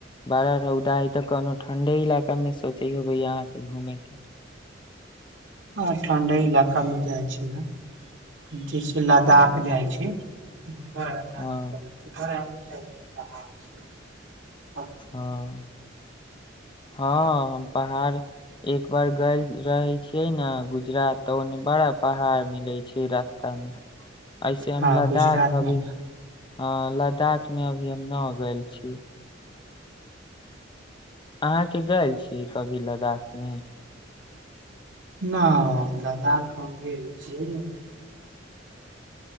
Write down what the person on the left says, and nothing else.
बड़ा रौदा हइ तऽ कोनो ठंढे इलाका मे सोचै होबै अहाँके घूमे के
ओ
हँ
हँ हँ हम पहाड़ एक बार गइल रहै छियै न गुजरात तऽ ओने बड़ा पहाड़ मिलै छै रास्तामे ऐसे हम
लद्दाख
अभी
हँ लद्दाख मे अभी हम न गेल छी अहाँके गैल कभी लद्दाख मे